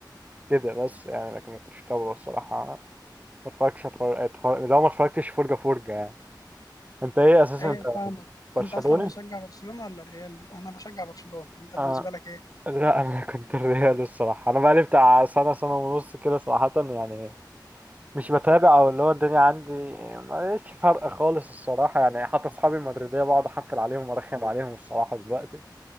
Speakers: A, on the right; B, on the left.
A: كده بس يعني لكن ما كنتش متابعه الصراحة ما اتفرجتش اتفرج, أتفرج... لو ما اتفرجتش فرجة فرجة يعني انت ايه اساسا
B: ايوه
A: انت
B: فاهمك
A: برشلوني؟
B: انت اصلا بتشجع برشلونة ولا الريال انا بشجع برشلونة انت بالنسبة
A: اه
B: لك ايه
A: لا انا كنت الريال الصراحه انا بقالي بتاع سنه سنه ونص كده صراحه يعني مش بتابع او اللي هو الدنيا عندي ماليش فرق خالص الصراحه يعني حتى اصحابي المدريديه بقعد احفل عليهم وارخم عليهم الصراحه دلوقتي